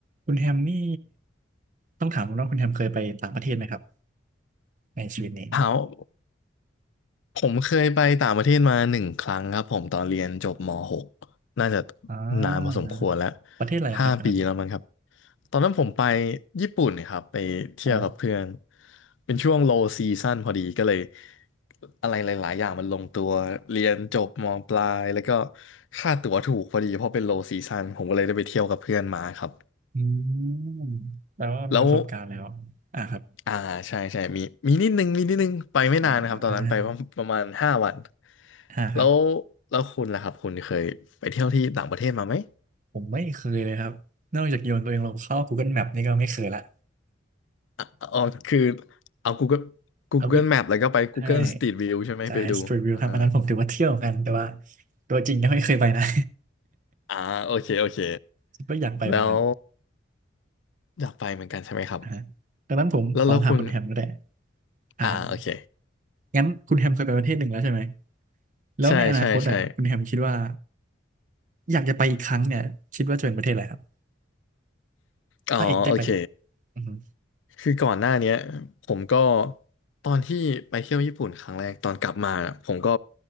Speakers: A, on the right; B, on the left.
A: คุณแฮมนี่ต้องถามคุณว่าคุณแฮมเคยไปต่างประเทศไหมครับในชีวิตนี้
B: ถามว่าผมเคยไปต่างประเทศมาหนึ่งครั้งครับผมตอนเรียนจบม .6 น่าจะ
A: อ่
B: นานพอสมควรแล้ว
A: าประเทศอะไรครับอันนั้น
B: ห้าปีแล้วมั้งครับตอนนั้นผมไปญี่ปุ่นครับไปเที่ยวกับเพื่อน
A: โอ้
B: เป็นช่วง low season พอดีก็เลยอะไรหลายๆอย่างมันลงตัวเรียนจบมปลายแล้วก็ค่าตั๋วถูกพอดีเพราะเป็น low season ผมก็เลยได้ไปเที่ยวกับเพื่อนมาครับ
A: อืมแปลว่ามีประสบการณ์แล้วอ่าครับ
B: แล้ว อ่าใช่ใช่มีมีนิดนึงมีนิดนึงไปไม่นานนะครับตอนนั้นไปประประมาณห้าวัน
A: อ่าอ่าครับ
B: แล้วแล้วคุณล่ะครับคุณเคยไปเที่ยวที่ต่างประเทศมาไหม
A: ผมไม่เคยเลยครับนอกจากโยนตัวเองลงเข้า Google Map นี่ก็ไม่เคยละ
B: อ่ะอ๋อคือเอา Google Google
A: เอาพูด
B: Map แล้วก็ไป Google
A: ใช่
B: Street View ใช่ไหมไปดูอ่า
A: จ่าย Street View ครับอันนั้นผมถือว่าเที่ยวกันแต่ว่าตัวจริงยังไม่เคยไปนะ
B: อ่าโอเคโอเค
A: <laughs> ก็อยากไปเหมือนกัน
B: แล้วอยากไปเหมือนกันใช่ไหมครับ
A: อ่าดังนั้นผมขอถามคุณแฮมก็ได้
B: แล้วแล้วคุณ
A: ครับ
B: อ่าโอเค
A: งั้นคุณแฮมเคยไปประเทศหนึ่งแล้วใช่ไหมแล้วในอนาคตอ่ะคุณแฮมคิดว่า
B: ใช่ใช่ใช่
A: อยากจะไปอีกครั้งเนี่ยคิดว่าจะเป็นประเทศอะไรครับ
B: อ๋อโอเค
A: ถ้าอีกได้ไปอีกอือฮึ
B: คือก่อนหน้าเนี้ยผมก็ตอนที่ไปเที่ยวญี่ปุ่นครั้งแรกตอนกลับมาน่ะผมก็